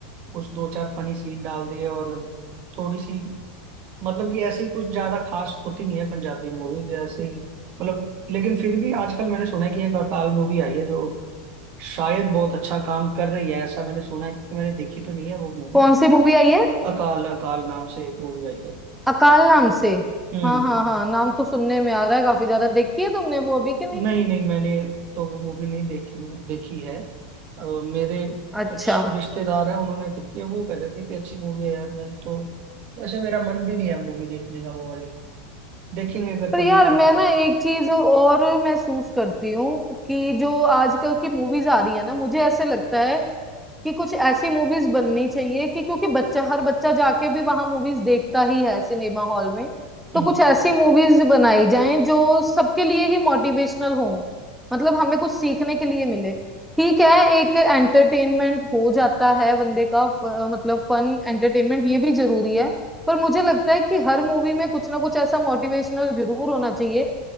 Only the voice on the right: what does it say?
कुछ दो चार फनी सीन डाल दिए और थोड़ी सी मतलब कि ऐसी कुछ ज्यादा खास होती नहीं है पंजाबी मूवीज ऐसे ही मतलब लेकिन फिर भी आजकल मैंने सुना है कि एक अकाल मूवी आई है जो शायद बहुत अच्छा काम कर रही है ऐसा मैंने सुना है क्योंकि मैंने देखी तो नहीं है वो मूवी
अकाल अकाल नाम से एक मूवी आई है
हम्म
हम्म
नहीं नहीं मैंने तो वो मूवी नहीं देखी देखी है अ, मेरे
कुछ रिश्तेदार हैं उन्होंने देखी है वो कह रहे थे कि अच्छी मूवी है यार मैं तो वैसे मेरा मन भी नहीं है मूवी देखने का वो वाली देखेंगे अगर
कभी
टाइम
मिला
हम्म